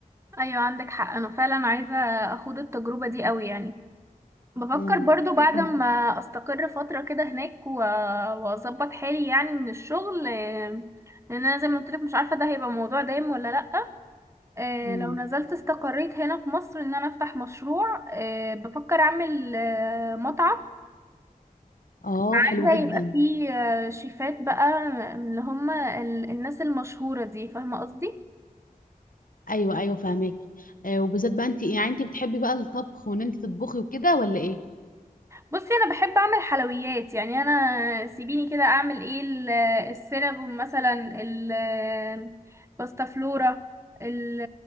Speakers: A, on the right; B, on the left.
A: ايوه عندك حق انا فعلا عايزه اخوض التجربه دي قوي يعني بفكر
B: امم
A: برضو بعد
B: انا كمان
A: ما استقر فترة كده هناك و- واظبط حالي يعني من الشغل آه، لان انا زي ما قلت لك مش عارفة ده هيبقى موضوع دايم ولا لا آه،
B: امم
A: لو نزلت استقريت هنا في مصر ان انا افتح مشروع آه، بفكر اعمل آه، مطعم
B: اه
A: عايزة
B: حلو جدا
A: يبقى فيه آه، شيفات بقى آه، اللي هم ال- الناس المشهورة دي فاهمة قصدي
B: ايوه ايوه فاهمك آه وبالذات بقى انت يعني انت بتحبي بقى الطبخ وان انت تطبخي وكده ولا ايه
A: بصي انا بحب اعمل حلويات يعني انا سيبيني كده اعمل ايه ال- السينابون مثلا ال- باستا فلورا ال-